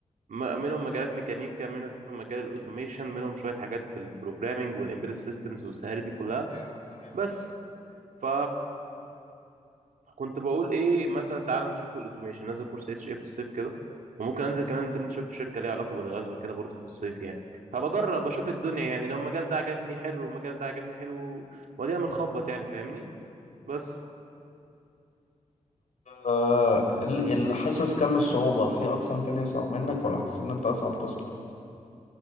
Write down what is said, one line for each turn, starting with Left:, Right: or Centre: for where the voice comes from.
Right: م- منهم مجالات ميكانيكا منهم مجال الاوتوميشن منهم شويه حاجات في البروجرامينج والامبيدد سيستمز والسهاري دي كلها
Left: جامد تمام.
Right: بس ف كنت بقول ايه مثلا تعال نشوف الاوتوميشن نازل كورس اتش ايه في الصيف كده وممكن انزل كمان انترنشيب في شركه ليها علاقه بالغزو وكده برضه في الصيف يعني فبجرب اشوف الدنيا يعني لو المجال ده عجبني حلو والمجال ده عجبني حلو ودينا بنخبط يعني فاهمني بس
Left: آه، ال- ال- حاسس كم الصعوبة في أقسام تانية أصعب منك ولا حاسس إن أنت أصعب قسم؟